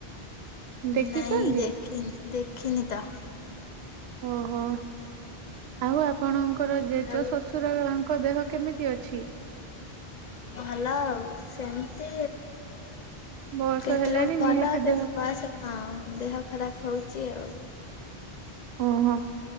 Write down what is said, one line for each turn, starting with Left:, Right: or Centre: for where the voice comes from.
Right: ଦେଖିଛନ୍ତି
Left: ନାଇଁ ଦେଖି ଦେଖିନି ତ
Right: ଓହୋ ଆଉ ଆପଣଙ୍କ ର ଜେଜ
Left: ଆଉ
Right: ଶ୍ୱଶୁର ଙ୍କ ଦେହ କେମିତି ଅଛି?
Left: ଭଲ ଆଉ ସେମିତି
Right: ବୟସ
Left: କେତେବେଳେ
Right: ହେଲାଣି
Left: ଭଲ
Right: ନିହାତି ଦେହ
Left: ହଁ ଦେହ ଖରାପ ହଉଛି ଯ ହଉ
Right: ଓହୋ